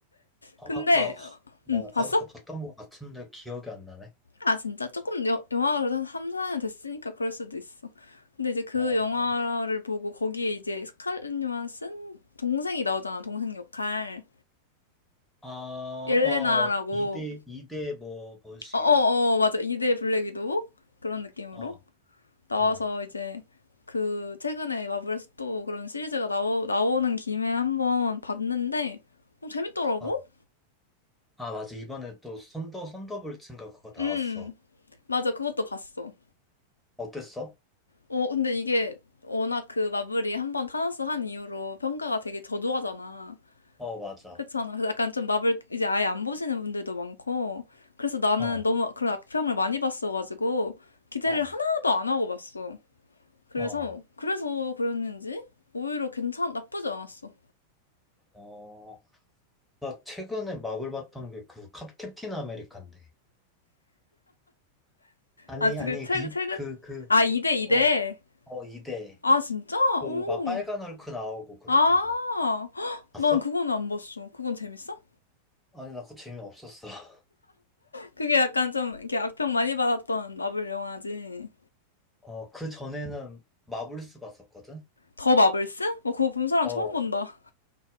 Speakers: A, in the centre; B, on the left (about 80°).
A: 아,
B: 근데
A: 나,
B: 어,
A: 뭐,
B: 응, 봤어?
A: 나도 그거 봤던 것 같은데 기억이 안 나네.
B: 아, 진짜? 조금 여- 영화가 그래도 한 3, 4년 됐으니까 그럴 수도 있어. 근데 이제 그
A: 어,
B: 영화를 보고 거기에 이제 스칼렛 요한슨 동생이 나오잖아, 동생 역할.
A: 아, 어,
B: 옐레나라고.
A: 이대이대 뭐, 뭐시,
B: 어, 어, 어, 맞아. 2대 블랙 위도우? 그런 느낌으로
A: 어,
B: 나와서
A: 어,
B: 이제 그 최근에 마블에서 또 그런 시리즈가 나오, 나오는 김에 한번 봤는데 어, 재밌더라고?
A: 어. 아, 맞아. 이번에 또 썬더, 썬더볼츠인가 그거 나왔어.
B: 음, 맞아. 그것도 봤어.
A: 어땠어?
B: 어, 근데 이게 워낙 그 마블이 한번 타노스 한 이후로 평가가 되게 저조하잖아.
A: 어, 맞아.
B: 그렇잖아. 그래서 약간 좀 마블 이제 아예 안 보시는 분들도 많고. 그래서 나는
A: 어,
B: 너무 그런 악평을 많이 봤어가지고 기대를
A: 어,
B: 하나도 안 하고 봤어. 그래서,
A: 어,
B: 그래서 그랬는지 오히려 괜찮, 나쁘지 않았어.
A: 어. 나 최근에 마블 봤던 게 그 캡틴 아메리칸데. 아니,
B: 아, 지금
A: 아니,
B: 최근,
A: 그,
B: 최근?
A: 그, 그,
B: 아, 2대 2대?
A: 어, 어, 이대
B: 아, 진짜?
A: 그
B: 오.
A: 막 빨간 헐크 나오고 그러는
B: 아,
A: 거
B: <gasps> 헉,
A: 봤어?
B: 난 그건 안 봤어. 그건 재밌어?
A: 아니 나 그거 재미없었어. <laughs>
B: 그게 약간 좀 이렇게 악평 많이 받았던 마블 영화지.
A: 어 그 전에는 마블스 봤었거든.
B: 더 마블스? 뭐 그거 본 사람
A: 어.
B: 처음 본다.